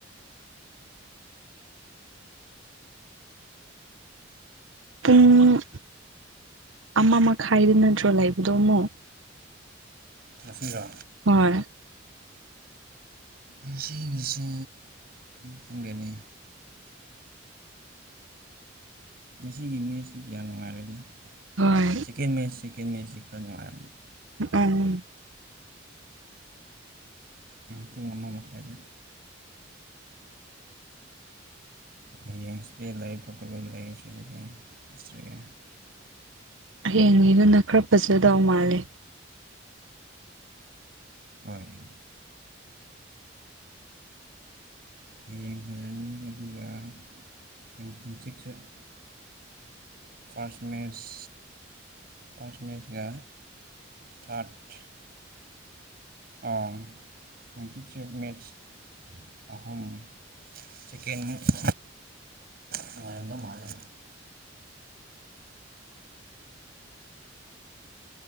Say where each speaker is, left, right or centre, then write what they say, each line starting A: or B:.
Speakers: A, on the right (about 80°); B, on the right (about 50°).
A: ꯄꯨꯡ ꯑꯃ ꯃꯈꯥꯏꯗꯅ ꯅꯇ꯭ꯔꯣ ꯂꯩꯕꯗꯣ ꯑꯃꯨꯛ
B: ꯉꯁꯤꯔꯣ
A: ꯍꯣꯏ
B: ꯉꯁꯤ ꯉꯁꯤ ꯈꯪꯗꯦꯅꯦ ꯉꯁꯤꯒꯤ ꯃꯦꯠꯇꯤ ꯀꯌꯥ ꯅꯨꯡꯉꯥꯏꯔꯣꯢꯗꯥ
A: ꯍꯣꯏ
B: ꯁꯦꯀꯦꯟ ꯃꯦꯠꯁ ꯁꯦꯀꯦꯟ ꯃꯦꯠꯆꯁꯤ ꯈꯔ ꯅꯨꯡꯉꯥꯏꯔꯝ
A: ꯎꯝ ꯎꯝ
B: ꯄꯨꯡ ꯑꯃꯥ ꯃꯈꯥꯢꯗꯩ ꯍꯌꯦꯡ ꯏꯁꯄꯦꯟ ꯂꯩ ꯄꯣꯔꯇꯨꯒꯜ ꯂꯩ
A: ꯍꯌꯦꯡꯒꯤꯗꯨꯅ ꯈꯔ ꯐꯖꯗꯧ ꯃꯥꯂꯦ
B: ꯍꯣꯏ ꯍꯌꯦꯡ ꯐꯖꯅꯤ ꯑꯗꯨꯒ <unintelligible> ꯐꯥ꯭ꯔꯟꯁ ꯃꯦꯁ ꯐꯥ꯭ꯔꯟꯁ ꯃꯦꯁꯒ ꯊꯥ꯭ꯔꯠ ꯑꯥ ꯍꯪꯆꯤꯠꯁꯦ ꯃꯦꯠꯁ ꯑꯍꯨꯝ ꯁꯦꯀꯦꯟ ꯃꯦꯠꯁ ꯅꯨꯡꯉꯥꯢꯔꯝꯗꯧ ꯃꯥꯜꯂꯦ